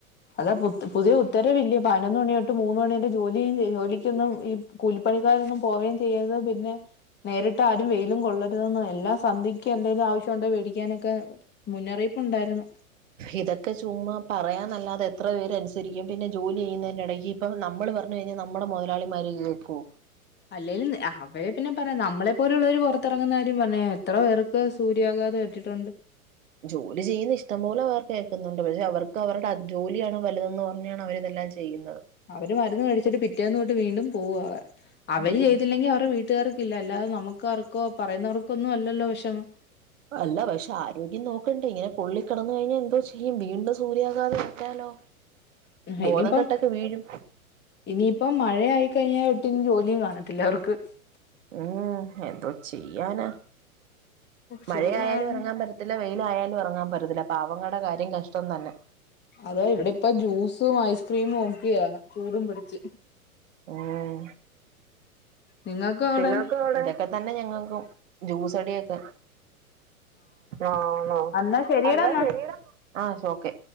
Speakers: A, on the left; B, on the right.
A: അതാ പുത് പുതിയ ഉത്തരവില്ല്യോ പതിനൊന്ന് മണിയോട്ട് മൂന്ന് മണിയോട്ട് ജോലിയും ജോലിക്കൊന്നും ഈ കൂലിപ്പണിക്കാരൊന്നും പോവേം ചെയ്യരുത് പിന്നെ നേരിട്ട് ആരും വെയിലും കൊള്ളരുതന്നും എല്ലാം സന്ധ്യക്കും എന്തേങ്കിലും ആവശ്യം ഉണ്ടേ വേടിക്കാനൊക്കെ. മുന്നറിയിപ്പ്ണ്ടായിരുന്നു.
B: ഇതൊക്കെ ചുമ്മ പറയാന്നല്ലാതെ എത്ര പേരനുസരിക്കും, പിന്നെ ജോലി ചെയ്യുന്നതിൻ്റെടയ്ക്ക് ഇപ്പം നമ്മൾ പറഞ്ഞു കഴിഞ്ഞാ നമ്മടെ മുതലാളിമാര് കേക്കോ.
A: അല്ലേലും അഹ അവരെ പിന്നെ പറയാം. നമ്മളെ പോലുള്ളവര് പുറത്തിറങ്ങുന്ന കാര്യം പറയാ എത്ര പേർക്ക് സൂര്യാഘാതം ഏറ്റിറ്റുണ്ട്.
B: ജോലി ചെയ്യുന്ന ഇഷ്ടം പോലെ പേർക്ക് ഏക്കുന്നുണ്ട്. പക്ഷെ അവർക്ക് അവരുടെ അധ്വാ ജോലിയാണ് വലുതെന്ന് പറഞ്ഞാണ് അവരതെല്ലാം ചെയ്യുന്നത്.
A: അവര് മരുന്ന് മേടിച്ചിട്ട് പിറ്റേന്ന് തൊട്ട് വീണ്ടും പോവാ. അവര്
B: ഉം
A: ചെയ്തില്ലെങ്കി അവറെ വീ ട്ടുകാർക്കില്ല. അല്ലാതെ നമുക്കാർക്കോ പറയുന്നവർക്കൊ ഒന്നും അല്ലല്ലോ വെഷമം.
B: അല്ല പക്ഷെ ആരോഗ്യം നോക്കണ്ടേ. ഇങ്ങനെ പൊള്ളി കിടന്ന് കഴിഞ്ഞാ എന്തോ ചെയ്യും. വീണ്ടും സൂര്യാഘാതം ഏറ്റാലോ.
A: ഉം
B: ബോധം
A: ഇനിപ്പം
B: കെട്ടൊക്കെ വീഴും
A: ഇനിയിപ്പം മഴ ആയി കഴിഞ്ഞാ ഒട്ടിനി ജോലിയും കാണത്തില്ല അവർക്ക്.
B: ഉം എന്തോ ചെയ്യാനാ
A: ചൂട്
B: മഴയായാലും
A: കാരണം
B: ഇറങ്ങാൻ പറ്റ ത്തില്ല വെയിലായാലും ഇറങ്ങാൻ പറ്റത്തില്ല. പാവങ്ങടെ കാര്യം കഷ്ടം തന്നെ.
A: അതെ. ഇവിടെ ഇപ്പ ജ്യൂസും ഐസ്ക്രീമും ഒക്കിയാ ചൂടും പിടിച്ച്.
B: ഊം
A: നിങ്ങക്ക് അവിടെ
B: ഇതൊക്കെ തന്നെ ഞങ്ങക്കും ജ്യൂസടിയൊക്കെ. ആണോ
A: എന്നാ ശരിയടാ
B: അന്നാ
A: എന്നാ
B: ശരിയെടാ ആഹ് ശോക്കെ.